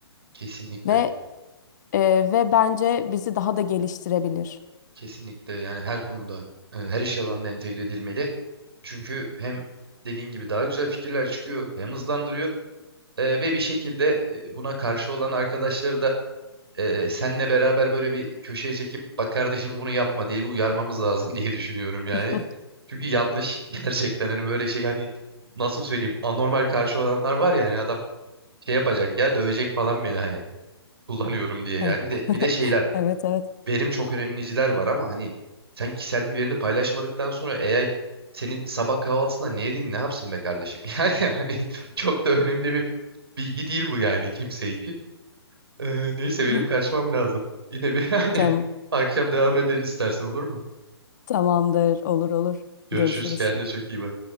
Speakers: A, on the right; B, on the left.
A: Kesinlikle.
B: ve ee, ve bence bizi daha da geliştirebilir.
A: Kesinlikle yani her konuda e, her iş alanında entegre edilmeli. Çünkü hem dediğin gibi daha güzel fikirler çıkıyor hem hızlandırıyor e, ve bir şekilde e, buna karşı olan arkadaşları da e, senle beraber böyle bir köşeye çekip bak kardeşim bunu yapma diye bir uyarmamız lazım <laughs> diye düşünüyorum yani.
B: <laughs>
A: Çünkü yanlış <laughs> gerçekten hani böyle şey hani nasıl söyleyeyim anormal karşı olanlar var ya hani adam şey yapacak ya dövecek falan beni hani kullanıyorum diye yani
B: Evet,
A: bir de bir de şeyler
B: evet, evet.
A: verim çok önemliciler var ama hani sen kişisel bir verini paylaşmadıktan sonra AI senin sabah kahvaltısında ne yedin ne yapsın be kardeşim? <laughs> Yani hani çok da önemli bir bilgi değil bu yani kimse için. Ee, neyse benim
B: <laughs>
A: kaçmam lazım. Yine bir <laughs> hani
B: Tamam,
A: akşam devam ederiz istersen olur mu?
B: tamamdır, olur olur.
A: Görüşürüz
B: Görüşürüz.
A: kendine çok iyi bak.